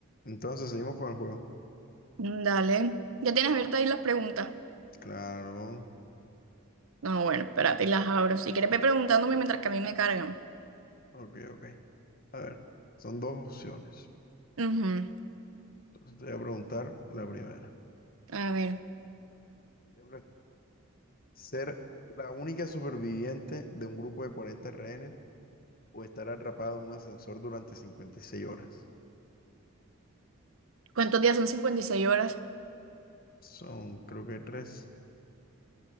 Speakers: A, on the left (about 45°); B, on the right (about 75°).
A: Entonces seguimos con el juego.
B: Dale. ¿Ya tienes abiertas ahí las preguntas?
A: Claro.
B: No, bueno, espérate y las abro. Si quieres, ve preguntándome mientras que a mí me cargan.
A: Ok, ok. A ver, son dos opciones.
B: Ujú.
A: Entonces te voy a preguntar la primera.
B: A ver,
A: ¿Qué pref- ¿Ser la única superviviente de un grupo de 40 rehenes o estar atrapado en un ascensor durante 56 horas?
B: ¿cuántos días son 56 horas?
A: Son, creo que tres,